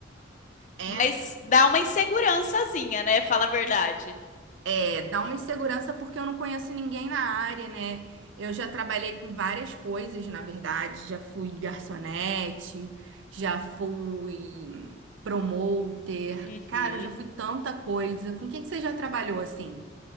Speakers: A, on the right; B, on the left.
A: É?
B: mas dá uma insegurançazinha, né? Fala a verdade.
A: É, dá uma insegurança porque eu não conheço ninguém na área, né? Eu já trabalhei com várias coisas, na verdade. Já fui garçonete, já fui promoter.
B: Uhum.
A: Cara, eu já fui tanta coisa. Com quem que você já trabalhou assim?